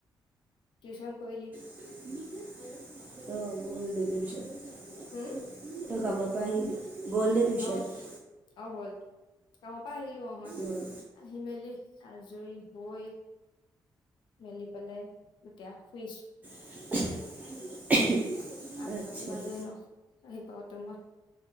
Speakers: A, on the left (about 85°); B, on the right (about 20°).
A: টিউচন কৰিলি?
B: <inaudible> অ' তই কামৰ পৰা
A: হম
B: আহিলি? গ'ল দেই টিউচন।
A: অ অ' গ'ল। অঁ কামৰ পৰা আহিলো অ' মই,
B: অঁ
A: আহি মেলি আজৰি হৈ মেলি পেলাই এতিয়া শুইছো।
B: <inaudible>
A: আঠটাতো বাজেই
B: নাই
A: ন' আহি পাওঁতে মই।